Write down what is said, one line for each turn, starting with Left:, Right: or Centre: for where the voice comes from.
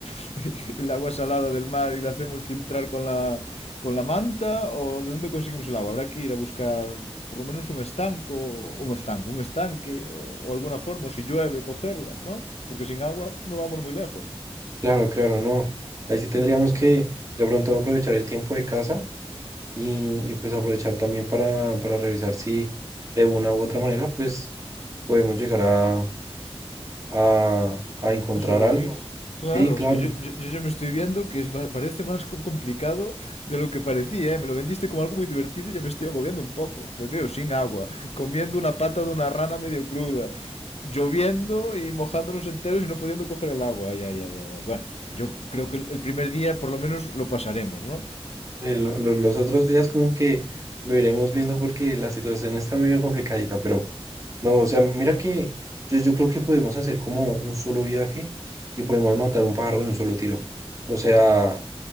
Left: <laughs> el agua salada del mar y la hacemos filtrar con la, con la manta, o de dónde conseguimos el agua. Habrá que ir a buscar por lo menos un estanco, un estanco, un estanque, o, o alguna forma, o si llueve, cogerla, ¿no? Porque sin agua no vamos muy lejos.
Right: Claro, claro, no. Ahí sí tendríamos que de pronto aprovechar el tiempo de casa y, y, pues aprovechar también para, para revisar si de una u otra manera pues podemos llegar a, a, a encontrar
Left: A sobrevivir.
Right: algo.
Left: Claro,
Right: Sí, claro.
Left: es que yo, yo, yo ya me estoy viendo que es ma- parece más co- complicado de lo que parecía, ¿eh? Me lo vendiste como algo muy divertido y ya me estoy agobiando un poco. Me veo sin agua, comiendo una pata de una rana medio cruda, lloviendo y mojándonos enteros y no pudiendo coger el agua. Ay, ay, ay, ay, ay. Bueno, yo creo que el el primer día por lo menos lo pasaremos, ¿no?
Right: Eh, lo- lo- los otros días como que lo iremos viendo porque la situación está medio complicadita, pero... No, o sea, mira que yo, yo creo que podemos hacer como un solo viaje y podemos matar un pájaro de un solo tiro. O sea,